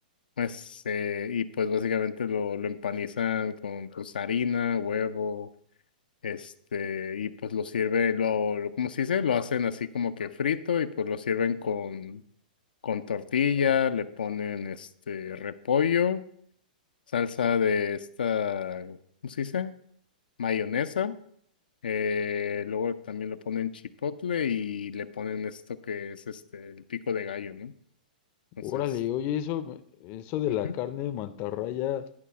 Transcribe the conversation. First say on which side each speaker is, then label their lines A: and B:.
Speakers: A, on the left; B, on the left.
A: Pues, eh, y pues básicamente lo, lo empanizan con pues, harina, huevo este, y pues lo sirve, lo, lo- ¿cómo se dice? Lo hacen así como que frito y pues lo sirven con, con tortilla, le ponen este repollo, salsa de esta, ¿cómo se dice? Mayonesa. eh, luego también le ponen chipotle y le ponen esto que es este, el pico de gallo, ¿no? Entonces,
B: Órale, oye, eso, eso de
A: ujú,
B: la carne de mantarraya,